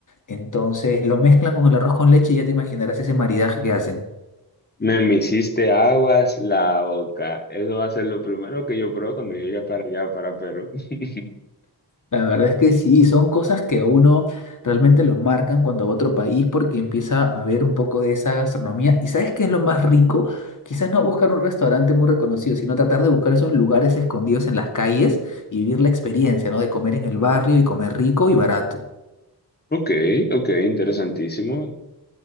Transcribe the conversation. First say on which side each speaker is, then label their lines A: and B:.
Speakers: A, on the left; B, on the left.
A: Entonces lo mezclan con el arroz con leche y ya te imaginarás ese maridaje que hacen.
B: Me, me hiciste aguas la boca. Eso va a ser lo primero que yo pruebo cuando llegue para allá, para Perú. <laughs>
A: La verdad es que sí, son cosas que a uno realmente lo marcan cuando va a otro país porque empieza a ver un poco de esa gastronomía. ¿Y sabes qué es lo más rico? Quizás no buscar un restaurante muy reconocido, sino tratar de buscar esos lugares escondidos en las calles y vivir la experiencia, ¿no? De comer en el barrio y comer rico y barato.
B: Ok, ok, interesantísimo.